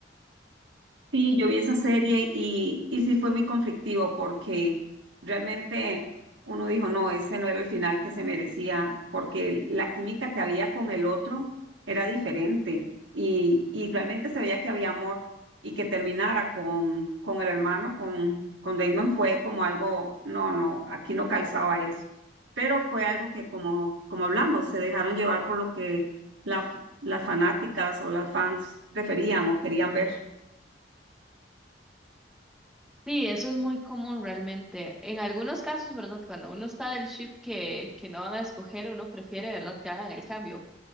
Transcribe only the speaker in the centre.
Sí, eso es muy común realmente. En algunos casos, ¿verdad? Cuando uno está del ship que, que no van a escoger, uno prefiere, ¿verdad? Que hagan el cambio.